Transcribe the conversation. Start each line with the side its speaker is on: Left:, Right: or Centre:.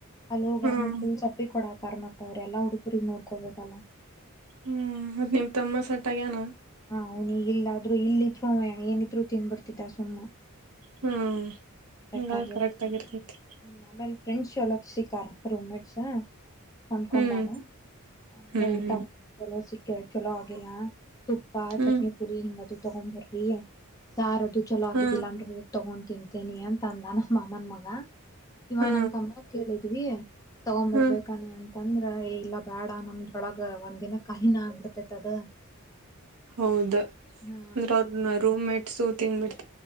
Left: ಅಲ್ಲಿ ಹೋಗಾದ್ಮೇಲೆ
Right: ಹ್ಮ್
Left: ಫುಲ್ ಸಪ್ಪಿ ಕೊಡತಾರ ಮತ್ ಅವ್ರೆಲ್ಲಾ ಹುಡುಗರಿಗ್ ನೋಡ್ಕೋಬೇಕಲ್ಲಾ
Right: ಹ್ಮ್ ಮತ್ ನಿಮ್ ತಮ್ಮ ಸೇಟ್ಟಗ್ಯಾನ
Left: ಹಾ ಅವನಿಗ್ ಇಲ್ಲಾದ್ರು ಇಲ್ಲ ಇದ್ರು ಏನಿದ್ರು ತಿನ್ಬಡ್ತಿದ್ದ ಸುಮ್ಮನೆ
Right: ಹ್ಮ್
Left: ಸೇಟ್
Right: ಹಂಗಾದ್ರ
Left: ಆಗೈತಿ
Right: ಕರೆಕ್ಟ್ ಆಗಿರ್ತೈತಿ
Left: ಹ್ಮ ಆಮೇಲ್ ಫ್ರೆಂಡ್ಸ್ ಚಲೋ ಸಿಕ್ಕಾರ ರೂಮ್ ಮೇಟ್ಸ್ ಹೊಂದ್ಕೊಡಾರ
Right: ಹ್ಮ್
Left: ಆದ್ರ
Right: ಹ್ಮ್
Left: ಊಟ
Right: ಹ್ಮ್
Left: ಚಲೋ ಸಿಕ್ಕ ಚಲೋ ಆಗಿಲ್ಲ. ತುಪ್ಪ
Right: ಹ್ಮ್
Left: ಚಟ್ನಿ ಪುಡಿ ಮತ್ ತಗೊಂಡ್ ಬರ್ರಿ ಸಾರ್ ಅದು ಚಲೋ ಆಗಿದ್ದಿಲ್ಲಾ
Right: ಹಾ
Left: ಅಂದ್ರು ಹೋಗ್ ತಗೊಂಡ್ ತಿಂತೇನಿ ಅಂತ ಅಂದ ಮಾಮನ್ ಮಗ. ಇವ
Right: ಹಾ
Left: ನಮ್ ತಮ್ಮ ಕೇಳಿದ್ವಿ ತಗೊ
Right: ಹಾ
Left: ಬರ್ಬೇಕಾನ ಅಂ ತಂದ್ರ ಇಲ್ಲ ಬೇಡ ನಮ್ದೊಳಗ ಒಂದ್ ದಿನ ಖಾಲೀನಾ ಆಗ್ಬಿಡ್ತೆೇತ್ ಅದ.
Right: ಹೌದ್ ಅಂದ್ರೆ
Left: ಹಾ
Right: ಅವ್ರ ರೂಮ ಮೇಟ್ಸ್ ತಿಂದ್ಬಿಡ್